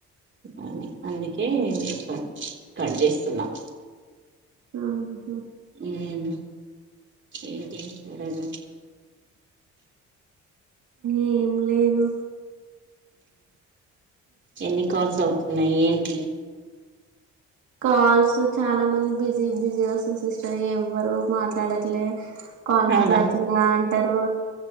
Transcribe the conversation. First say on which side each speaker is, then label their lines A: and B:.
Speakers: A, on the right (about 40°); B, on the right (about 70°).
A: అవును. అందుకే ఇగ కట్ జేస్తున్నాం.
B: అవును.
A: ఉమ్ ఇంకేం కూరలు
B: ఏం లేదు.
A: ఎన్ని కాల్స్ అవుతున్నాయి ఏంటి?
B: కాల్స్ చాలా మంది బిజీ బిజీగా వస్తుంది సిస్టర్ ఎవరు మాట్లాడట్లే, కాల్
A: అవునా
B: మాట్లాడుతున్నా అంటరు